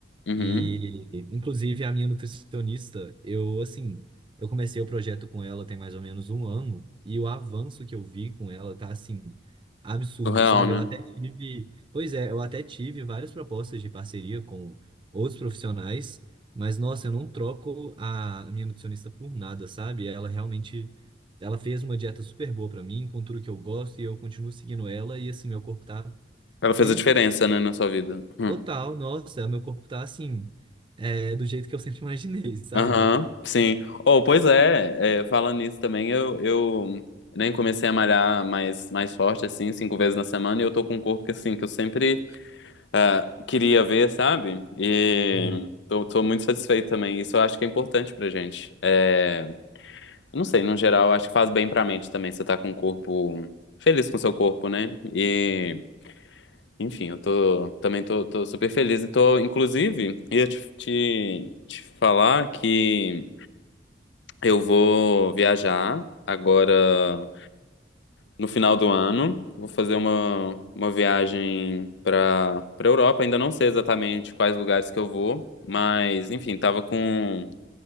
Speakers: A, on the left (about 70°); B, on the right (about 25°).
A: Uhum.
B: E, inclusive, a minha nutricionista, eu, assim, eu comecei o projeto com ela tem mais ou menos um ano, e o avanço que eu vi com ela tá, assim, absurdo,
A: Real,
B: sabe?
A: né?
B: Eu até tive, pois é, eu até tive várias propostas de parceria com outros profissionais, mas, nossa, eu não troco a minha nutricionista por nada, sabe? Ela realmente, ela fez uma dieta super boa pra mim, com tudo que eu gosto, e eu continuo seguindo ela, e, assim, meu corpo tá
A: Ela fez
B: perfeito.
A: a diferença, né, na sua vida. Hum.
B: Total, nossa, meu corpo tá assim, é, do jeito que eu sempre imaginei, sabe?
A: Aham, sim. Oh, pois é, é, falando nisso também, eu, eu nem comecei a malhar mais, mais forte, assim, cinco vezes na semana, e eu tô com um corpo que, assim, que eu sempre ah, queria ver, sabe? E
B: Hum.
A: tô, tô muito satisfeito também. Isso eu acho que é importante pra gente. É, eu não sei, no geral, eu acho que faz bem pra mente também, você tá com um corpo feliz com o seu corpo, né? E, enfim, eu tô, também tô, tô super feliz e tô, inclusive, ia te, te, te falar que. Eu vou viajar agora no final do ano. Vou fazer uma, uma viagem para para Europa. Ainda não sei exatamente quais lugares que eu vou, mas enfim, tava com,